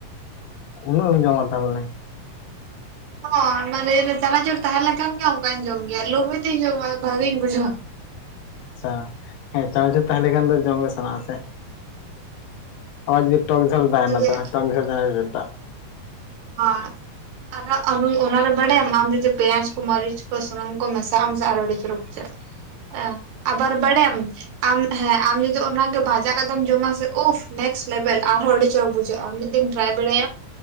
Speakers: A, on the left; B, on the right.
A: ᱩᱱᱟᱹᱜ ᱮᱢ ᱡᱚᱢᱟ ᱛᱟ ᱵᱚᱞᱮ?
B: ᱦᱳᱭ ᱢᱟᱱᱮ ᱪᱟᱱᱟᱪᱩᱨ ᱛᱟᱦᱮᱸ ᱞᱮᱱᱠᱷᱟᱱ ᱜᱮ ᱚᱝᱠᱟᱧ ᱡᱚᱢ ᱜᱮᱭᱟ, ᱞᱩᱵᱷᱤ ᱛᱤᱧ ᱡᱚᱢᱟ ᱵᱷᱟᱹᱜᱤᱧ ᱵᱩᱡᱷᱟᱹᱣᱟ ᱾
A: ᱟᱪᱪᱷᱟ ᱦᱮᱸ ᱪᱟᱱᱟᱪᱩᱨ ᱛᱟᱦᱮᱸ ᱞᱮᱠᱷᱟᱱ ᱫᱚ ᱡᱚᱢ ᱜᱮ ᱥᱟᱱᱟᱣᱟ ᱥᱮ ᱾ ᱟᱵᱟᱨ ᱡᱩᱫᱤ ᱴᱚᱠ ᱡᱷᱟᱞ ᱛᱟᱦᱮᱸᱱᱟ
B: ᱦᱚᱸ
A: ᱛᱚ ᱴᱚᱠ ᱡᱷᱟᱞ ᱪᱟᱱᱟᱨᱩᱨ ᱴᱟᱜ
B: <unintelligible> ᱟᱨᱦᱚᱸ ᱦᱳᱭ ᱚᱱᱟᱨᱮ ᱵᱟᱰᱟᱭᱟᱢ ᱟᱢ ᱡᱩᱫᱤ ᱯᱮᱸᱭᱟᱡ ᱠᱚ, ᱢᱟᱹᱨᱤᱪ ᱠᱚ, ᱥᱩᱱᱩᱢ ᱠᱚᱢ ᱢᱮᱥᱟᱜ ᱟᱢ ᱥᱮ ᱟᱨᱚ ᱟᱹᱰᱤ ᱪᱚᱨᱚᱠ ᱵᱩᱡᱷᱟᱹᱜᱼᱟ ᱾ ᱮ ᱟᱵᱟᱨ ᱵᱟᱰᱟᱭᱟᱢ ᱟᱢ ᱦᱮᱸ ᱟᱢ ᱡᱩᱫᱤ ᱚᱱᱟᱜᱮ ᱵᱷᱟᱡᱟ ᱠᱟᱛᱮᱢ ᱡᱚᱢᱟ ᱥᱮ ᱩᱯ, ᱢᱮᱠᱥ ᱞᱮᱵᱮᱞ ᱟᱨᱦᱚᱸ ᱟᱹᱰᱤ ᱪᱚᱨᱚᱠ ᱵᱩᱡᱷᱟᱹᱜᱼᱟ, ᱢᱤᱫ ᱫᱤᱱ ᱴᱨᱟᱭ ᱵᱟᱲᱟᱭᱟᱢ